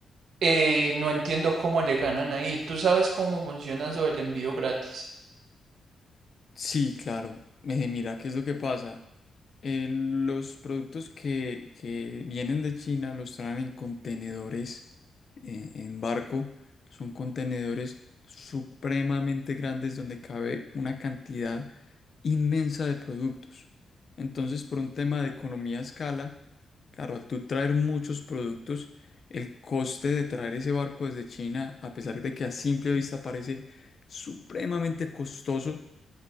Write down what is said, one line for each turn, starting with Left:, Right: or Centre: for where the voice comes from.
Right: Eh, no entiendo cómo le ganan ahí. ¿Tú sabes cómo funciona eso del envío gratis?
Left: Sí, claro. Eh, mira, ¿qué es lo que pasa? Eh, los productos que, que vienen de China los traen en contenedores, eh, en barco. Son contenedores supremamente grandes donde cabe una cantidad inmensa de productos. Entonces, por un tema de economía a escala, claro, al tú traer muchos productos, el coste de traer ese barco desde China, a pesar de que a simple vista parece supremamente costoso,